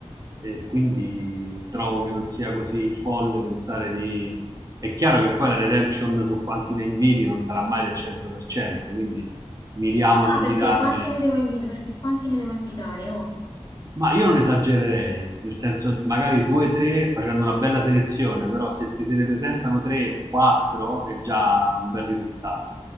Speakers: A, on the right (about 30°); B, on the left (about 40°).
A: E quindi trovo che non sia così folle pensare di... È chiaro che poi la redemption su quanti ne inviti non sarà mai del 100%, quindi miriamo ad
B: Ah,
A: invitarne
B: perché quanti ne devo invitare? Perché quanti ne devo invitare? Oh,
A: ma io non esagererei, nel senso magari due o tre facendo una bella selezione, però se ti se ne presentano tre, quattro è già un bel risultato